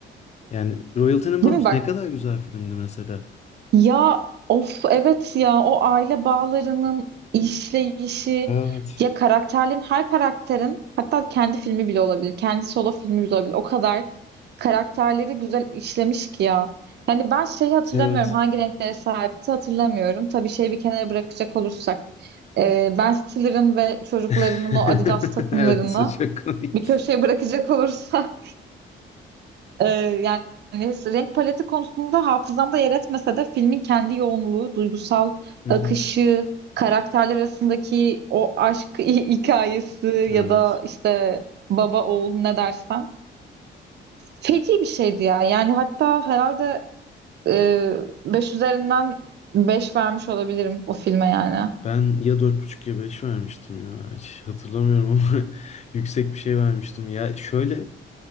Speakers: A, on the left; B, on the right.
A: Yani Royal Tenenbaums
B: Değil mi bak?
A: ne kadar güzel filmdi mesela.
B: Ya of evet ya o aile bağlarının işleyişi
A: Evet.
B: ya karakterin her karakterin hatta kendi filmi bile olabilir. Kendi solo filmi bile olabilir. O kadar karakterleri güzel işlemiş ki ya. Yani ben şeyi hatırlamıyorum
A: Evet.
B: hangi renklere sahipti hatırlamıyorum. Tabii şeyi bir kenara bırakacak olursak e, Ben Stiller'ın ve çocuklarının
A: <laughs>
B: o Adidas takımlarını
A: Evet, o çok komikti.
B: bir köşeye bırakacak olursak ee, yani renk paleti konusunda hafızamda yer etmese de filmin kendi yoğunluğu, duygusal
A: Hı
B: akışı,
A: hı,
B: karakterler arasındaki o aşk <laughs> hikayesi ya
A: Evet.
B: da işte baba oğul ne dersen feci bir şeydi ya. Yani hatta herhalde e, beş üzerinden 5 vermiş olabilirim o filme yani.
A: Ben ya dört buçuk ya 5 vermiştim ya. Hiç hatırlamıyorum ama <laughs> yüksek bir şey vermiştim. Ya şöyle